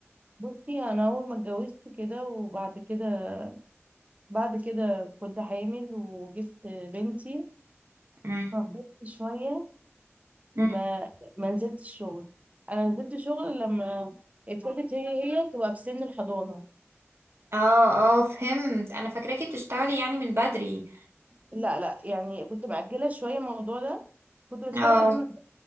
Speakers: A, on the right (about 30°); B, on the right (about 60°).
A: بصي أنا أول ما اتجوزت كده وبعد كده بعد كده كنت حامل وجبت بنتي
B: مم.
A: فخبطت شوية
B: مم.
A: ما ما نزلتش شغل انا نزلت شغل لما ابتدت هي هي تبقى في سن الحضانه
B: اه اه فهمت انا فاكراكي بتشتغلي يعني من بدري
A: لا لا يعني كنت مأجله شويه الموضوع ده كنت بشتغل
B: اه
A: قبل ما أتجوز.